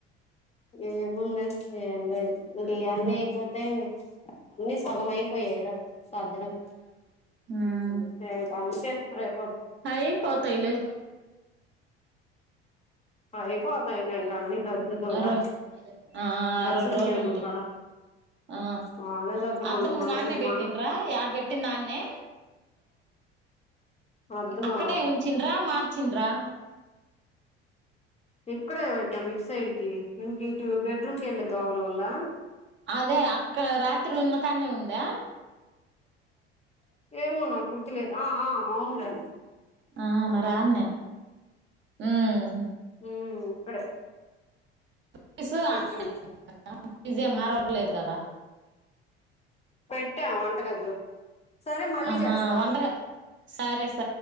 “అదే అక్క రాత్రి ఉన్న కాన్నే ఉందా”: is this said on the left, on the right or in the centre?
Right